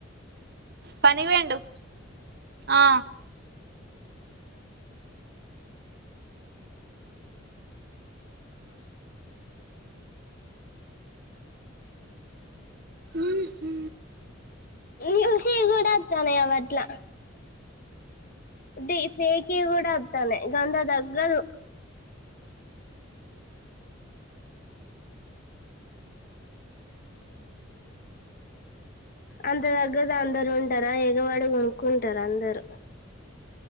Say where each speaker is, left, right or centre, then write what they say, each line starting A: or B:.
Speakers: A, on the right; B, on the left.
A: పనిఒయిండు ఆ ఊహు హు
B: లూషియి గూడ అతనయ్ అవట్ల డీ ఫేకి గూడా అత్తనయ్ గంధ దగ్గదు అంత తగ్గది అందరు ఉంటారా ఎగవాడి కొనుక్కుంటారు అందరు